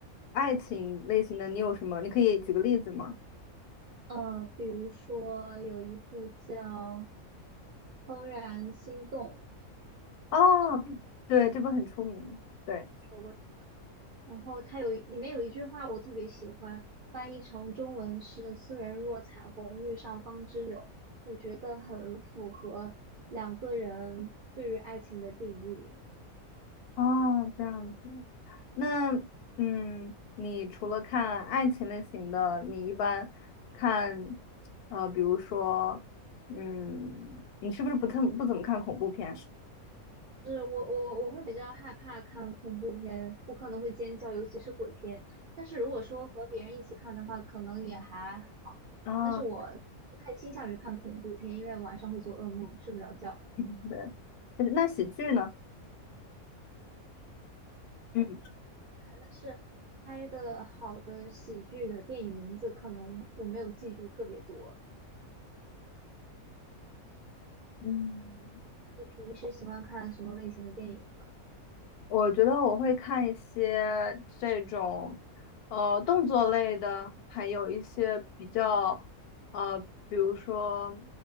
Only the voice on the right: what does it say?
呃，比如说有一部叫《怦然心动》，
说过，然后它有里面有一句话我特别喜欢，翻译成中文是“斯人若彩虹，遇上方知有”，我觉得很符合两个人对于爱情的定义。
是我我我会比较害怕看恐怖片，我可能会尖叫，尤其是鬼片。但是如果说和别人一起看的话，可能也还好。
但是我不太倾向于看恐怖片，因为晚上会做噩梦，睡不着觉。
但是拍的好的喜剧的电影名字，可能我没有记住特别多。
你平时喜欢看什么类型的电影呢？